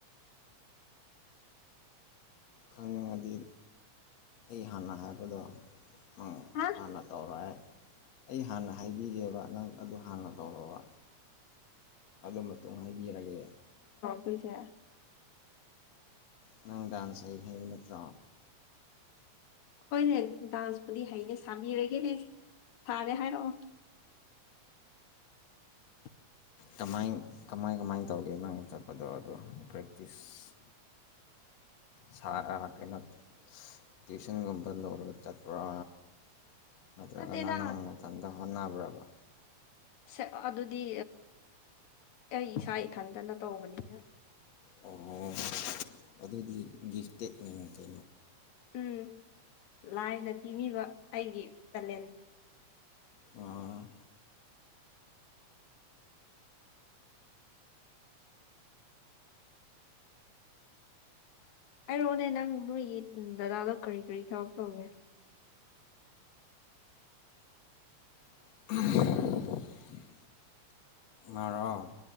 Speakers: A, on the left; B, on the left.
A: ꯈꯪꯅꯤꯡꯉꯗꯤ ꯑꯩ ꯍꯥꯟꯅ ꯍꯥꯏꯕꯗꯣ ꯎ
B: ꯍꯥ
A: ꯍꯥꯟꯅ ꯇꯧꯔꯦ ꯑꯩ ꯍꯥꯟꯅ ꯍꯥꯏꯕꯤꯒꯦꯕ ꯅꯪ ꯑꯗꯨ ꯍꯥꯟꯅ ꯇꯧꯔꯔꯕ ꯑꯗꯨ ꯃꯇꯨꯡ ꯍꯥꯏꯕꯤꯔꯒꯦ
B: ꯀꯣꯏꯁꯦ
A: ꯅꯪ ꯗꯥꯟꯁ ꯍꯥꯏꯒ ꯍꯥꯏꯕ ꯅꯠꯇ꯭ꯔꯣ
B: ꯑꯩꯈꯣꯏꯅꯦ ꯗꯥꯟꯁꯄꯨꯗꯤ ꯍꯩꯅꯦ ꯁꯥꯕꯤꯔꯒꯦꯅꯦ ꯁꯥꯔꯦ ꯍꯥꯏꯔꯛꯑꯣ <unintelligible>
A: ꯀꯃꯥꯏ ꯀꯃꯥꯏ ꯀꯃꯥꯏꯅ ꯇꯧꯒꯦ ꯅꯪ ꯆꯠꯄꯗꯣ ꯑꯗꯣ ꯄ꯭ꯔꯦꯛꯇꯤꯁ
B: <unintelligible>
A: ꯁ ꯀꯩꯅ ꯇ꯭ꯋꯤꯁꯟꯒꯨꯝꯕ ꯂꯧꯔꯒ ꯆꯠꯄ꯭ꯔꯥ ꯅꯠꯇ꯭ꯔꯒꯅ
B: ꯅꯠꯇꯦꯗ
A: ꯅꯪ ꯅꯇꯟꯇ ꯍꯣꯠꯅꯕ꯭ꯔꯕ
B: ꯁꯦ ꯑꯗꯨꯗꯤ ꯑꯩ ꯏꯁꯥ ꯊꯟꯖꯅ ꯇꯧꯕꯅꯤꯅ
A: ꯑꯣ ꯑꯗꯨꯗꯤ ꯒꯤꯐꯇ ꯃꯇꯣ
B: ꯎꯝ ꯂꯥꯏꯅ ꯄꯤꯕꯤꯕ ꯑꯩꯒꯤ ꯇꯦꯂꯦꯟ
A: ꯑ
B: ꯍꯥꯏꯔꯣꯑꯣꯅꯦ ꯅꯪ ꯅꯣꯏꯒꯤ ꯗꯗꯥꯗꯣ ꯀꯔꯤ ꯀꯔꯤ ꯊꯕꯛ ꯇꯧꯒꯦ
A: <unintelligible> ꯃꯔꯔꯣꯡ